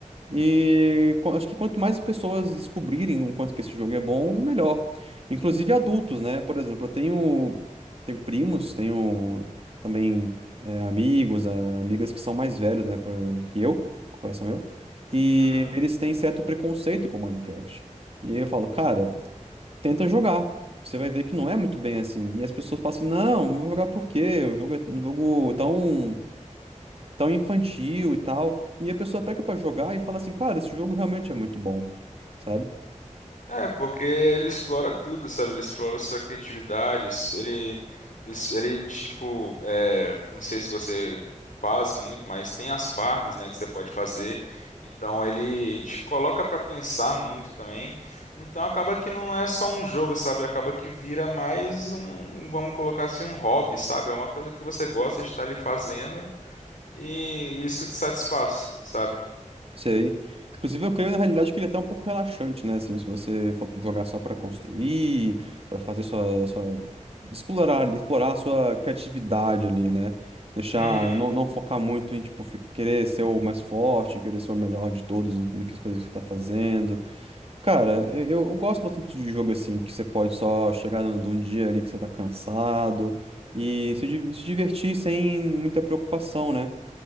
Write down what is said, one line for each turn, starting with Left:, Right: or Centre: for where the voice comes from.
Right: E co- acho que quanto mais pessoas descobrirem o quanto que esse jogo é bom, melhor. Inclusive adultos, né? Por exemplo, eu tenho, tenho primos, tenho também é, amigos, é, amigas que são mais velhos, né, pra- que eu, coração eu, e
Left: uhum.
Right: eles têm certo preconceito com Minecraft. E aí eu falo, cara, tenta jogar. Você vai ver que não é muito bem assim. E as pessoas falam assim, não, vou jogar por quê? O jogo é um jogo é tão tão infantil e tal. E a pessoa pega pra jogar e fala assim, cara, esse jogo realmente é muito bom, sabe?
Left: É, porque ele explora tudo, sabe? Ele explora sua criatividade, isso- ele, isso- ele tipo, é, não sei se você faz muito, mas tem as farms, né, que você pode fazer. Então ele te coloca pra pensar muito também. Então acaba que não é só um jogo, sabe? Acaba que vira mais um, vamos colocar assim, um hobby, sabe? É uma coisa que você gosta de estar ali fazendo e isso te satisfaz, sabe?
Right: Sei. Inclusive, eu creio na realidade que ele é até um pouco relaxante, né? Assim, se você for jogar só pra construir, pra fazer sua, sua... explorar, explorar a sua criatividade ali, né? Deixar,
Left: Uhum.
Right: não, não focar muito em, tipo, fi- querer ser o mais forte, querer ser o melhor de todos no que as coisas que você tá fazendo. Cara, eu, eu eu gosto bastante de jogo assim, que você pode só chegar num, num dia ali que você tá cansado e se, di- se divertir sem muita preocupação, né?